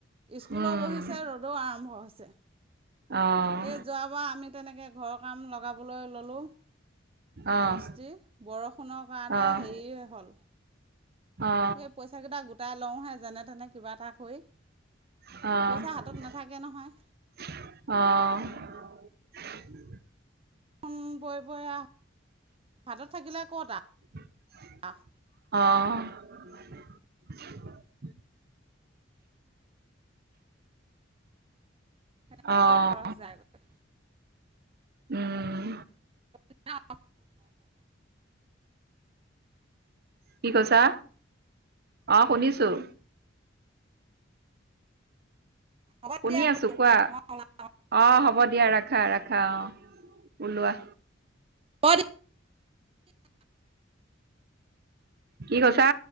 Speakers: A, on the right (about 30°); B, on the right (about 55°).
A: স্কুলো
B: উম,
A: বহিছে ৰ'দো আৰম্ভ হৈছে।
B: অ',
A: এই যোৱাবাৰ আমি তেনেকে ঘৰৰ কাম লগাবলৈ ললো
B: অ',
A: মিস্ত্ৰী বৰষুণৰ কাৰণে
B: অ',
A: হেৰি হ'ল
B: অ',
A: এই পইচাকেইটা গোটাই লওঁহে যেনে তেনে কিবা এটা কৰি
B: অ',
A: পইচা হাতত নাথাকে নহয়
B: অ'। অ',।
A: খন বৈ <unintelligible> ভাতত থাকিলে কতা
B: উ <unintelligible>
A: অ <unintelligible>
B: অ',।
A: তেনেকে
B: অ',
A: খৰচ যায় মানে
B: উম।
A: <unintelligible>
B: কি কৈছা। অ', শুনিছোঁ।
A: হ'ব
B: শুনি
A: দিয়া, বোলো
B: আছো কোৱা।
A: ম
B: অ', হ'ব দিয়া ৰাখা, ৰাখা অ', ওলোৱা।
A: মই
B: কি কৈছা।